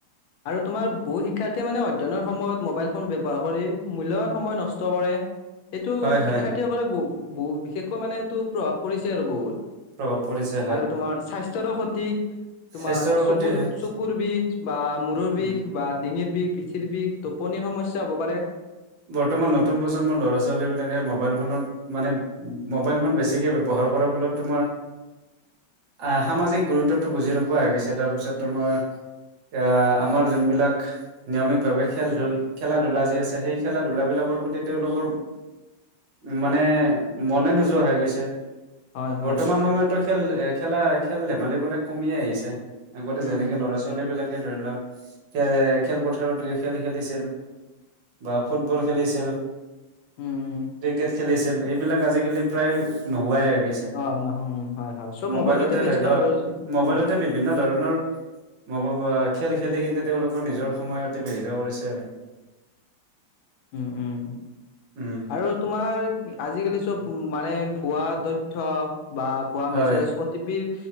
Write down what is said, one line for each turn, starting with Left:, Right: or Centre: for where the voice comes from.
Left: আৰু তোমাৰ বহু শিক্ষাৰ্থীয়ে মানে অধ্যয়নৰ সময়ত মোবাইল ফোন ব্যৱহাৰ কৰি মূল্যৱান সময় নছ- ত কৰে। এইটো
Right: হয়
Left: শিক্ষাৰ্থীসকলে
Right: হয়
Left: বু বহু বিশেষকৈ মানে সেইটো প্ৰভাৱ পৰিছে আৰু বহুত।
Right: প্ৰভাৱ পৰিছে হয়
Left: আৰু তোমাৰ স্বাস্থ্যৰো ক্ষতি। তোমাৰ
Right: স্বাস্থ্যৰো
Left: চকুৰ
Right: ক্ষতি হয়
Left: চকুৰ বিষ বা মূৰৰ
Right: উম
Left: বিষ বা ডিঙিৰ বিষ- পিথিৰ বিষ টোপনিৰ সমস্যা হ'ব পাৰে।
Right: বৰ্তমান নতুন প্ৰজন্মৰ ল'ৰা ছোৱালী বিলাকে মোবাইল ফোনত মানে- মোবাইল ফন বেছিকে ব্যৱহাৰ কৰাৰ ফলত তোমাৰ- আহ সামাজিক গুৰুত্বটো বুজি নোপোৱা হৈ গৈছে, তাৰপিছত তোমাৰ- এ আমাৰ যোনবিলাক নিয়মিতভাৱে খেল ধূল খেলা ধূলা যি আছে সেই- খেলা ধূলাবিলাকৰ প্ৰতি তেওঁলোকৰ মানে মনে নোয- যোৱা হৈ গৈছে।
Left: হয় হয়
Right: বৰ্তমান সময়তো- খেল খেলা খেল ধেমালি বিলাক কমিয়ে আহিছে, আগতে
Left: উম
Right: যেনেকে
Left: উম
Right: ল'ৰা ছোৱালী বিলাকে ধৰি ল- খেৰে খেলপথাৰত গৈ খেল খেলিছি- বা ফুটবল খেলিছিল
Left: উম উম
Right: ক্ৰিকেট খেলিছিল। ছিল এইবিলাক আজিকালি প্ৰায় নোহোৱাই হৈ গৈছে।
Left: অ নহয় হয় হয় চব
Right: মোবাইলতে
Left: ব্যস্ত
Right: ধৰি ল
Left: আৰু আজি
Right: মোবাইলতে
Left: উম
Right: বিভি- বিভিন্ন ধৰণৰ ম ম খেল খেলি কিন্তু তেওঁলোকৰ নিজৰ সময় অতিবাহিত কৰিছে আৰু।
Left: উম উম'
Right: উম
Left: আৰু- তোমাৰ আজিকালি চব মানে ভুৱা তথ্য বা ভুৱা
Right: হয়
Left: মেছেজ অ- টি পিৰ